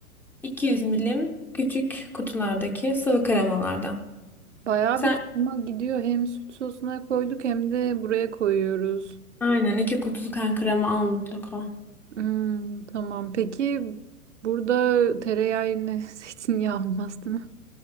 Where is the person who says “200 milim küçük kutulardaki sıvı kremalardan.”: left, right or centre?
Centre